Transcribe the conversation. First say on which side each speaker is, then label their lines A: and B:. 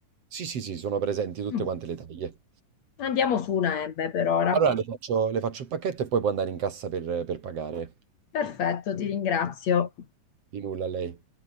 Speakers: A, on the right; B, on the left.
A: Sì, sì, sì, sono presenti tutte
B: Mm.
A: quante le taglie.
B: Andiamo su una M per ora.
A: Allora le faccio, le faccio il pacchetto e poi può andare in cassa per per pagare.
B: Perfetto, ti ringrazio.
A: Di nulla a lei.